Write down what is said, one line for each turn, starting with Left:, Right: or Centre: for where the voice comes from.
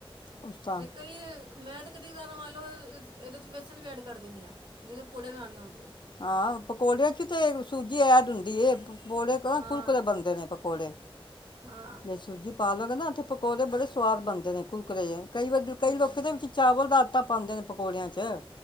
Left: ਉਸਤਾ
Right: ਤੇ ਕਈ ਮੈਂ ਤਾਂ ਕਦੀਦਾ ਮੰ ਲਓ ਇਹਦੇ ਚ ਵੇਸਣ ਵੀ ਐਡ ਕਰ ਦਿੰਦੀ ਹਾਂ ਜੇਕਰ ਪੂੜੇ ਬਣਾਉਣੇ ਹੋਣ ਤਾਂ
Left: ਹਾਂ ਪਕੌੜਿਆਂ ਚ ਤੇ ਸੂਜੀ ਐਡ ਹੁੰਦੀ ਪਕੌੜੇ ਕ
Right: ਹਾਂ
Left: ਕੁੁਰਕੁਰੇ ਬਣਦੇ ਨੇ ਪਕੌੜੇ
Right: ਹਾਂ
Left: ਸੂਜੀ ਪਾ ਲੋ ਕਹਿੰਦਾ ਓਥੇ ਪਕੌੜੇ ਬੜੇ ਸਆਵਾਦ ਬਣਦੇ ਨੇ ਕੁੁਰਕਰੇ ਜੇ। ਕਈ ਵਰੀ ਕਈ
Right: ਹੂੰ
Left: ਲੋਕ ਦੇ ਵਿੱਚ ਚਾਵਲ ਦਾ ਆਟਾ ਪਾਦੇ ਨੇ ਪਕੌੜਿਆਂ ਚੱ।